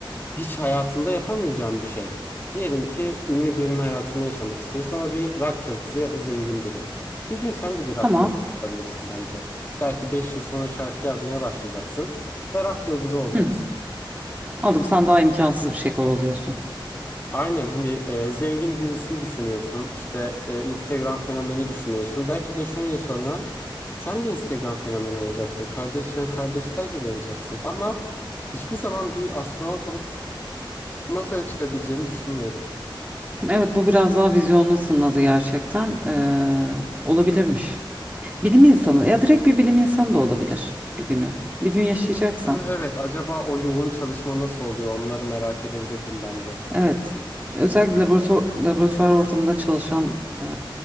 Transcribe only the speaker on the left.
hiç hayatında yapamayacağın bir şey. Diyelim ki ünlü birinin hayatını yaşamak istiyorsun ama bir rock yıldızı ya da zengin biri. Bir gün sen de bir rock
yıldızı olabilirsin bence. Belki 5 yıl sonra şarkı yazmaya başlayacaksın ve rock yıldızı olacaksın.
Aynen hani e, zengin birisini düşünüyorsun. İşte e, Instagram fenomeni düşünüyorsun. Belki beş on yıl sonra sen de Instagram fenomeni olacaksın. Kardeş yan kardeşler gibi olacaksın. Ama hiçbir zaman bir astronot olup NASA'ya çıkabileceğimi düşünmüyorum.
Bilim insanı evet acaba o yoğun çalışma nasıl oluyor onları merak edebilirdim ben de.